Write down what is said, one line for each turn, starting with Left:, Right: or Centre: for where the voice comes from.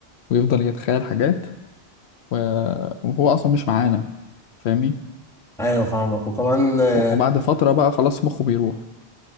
Left: ويفضل يتخيل حاجات و... وهو أصلا مش معانا فاهمني
Centre: ايوه فاهمك وكمان آه،
Left: وبعد فترة بقى خلاص مخه بيروح